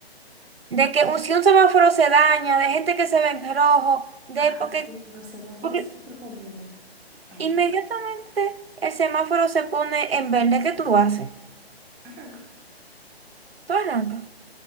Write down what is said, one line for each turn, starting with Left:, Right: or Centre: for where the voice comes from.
Right: de que un- si un semáforo se daña, de gente que se ve en rojo, de
Centre: Ah,
Right: porque,
Centre: sí, los semáforos
Right: porque
Centre: es súper común. Aquí.
Right: inmediatamente el semáforo se pone en verde, ¿qué tú haces?
Centre: Arranca.
Right: Tú arrancas.